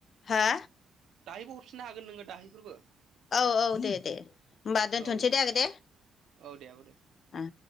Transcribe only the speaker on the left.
हा
औ औ देदे होमबा दोनथ'नोसै
दे आगै दे
ओ।